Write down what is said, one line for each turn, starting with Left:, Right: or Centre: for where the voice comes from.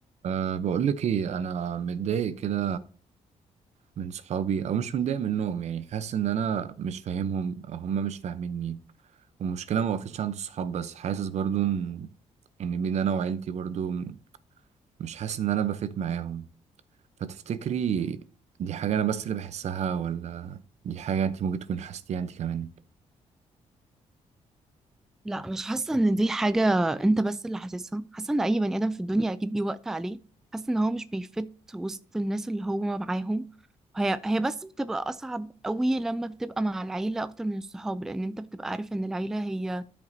Right: أه بقولك ايه انا متضايق كده من صحابي او مش متضايق منهم يعني حاسس ان انا مش فاهمهم او هم مش فاهميني والمشكله ما وقفتش عند الصحاب بس حاسس برضو ان ان بين انا وعيلتي برضو مش حاسس ان انا بفيت معاهم فتفتكري دي حاجه انا بس اللي بحسها ولا دي حاجه انت ممكن تكون حسيتيها انت كمان
Centre: لا مش حاسة ان دي حاجة انت بس اللي حاسسها حاسة ان اي بني ادم في الدنيا اكيد جه وقت عليه حاسة ان هو مش بيفت وسط الناس اللي هو معاهم هي هي بس بتبقى اصعب قوي لما بتبقى مع العيلة اكتر من الصحاب لان انت بتبقى عارف ان العيلة هي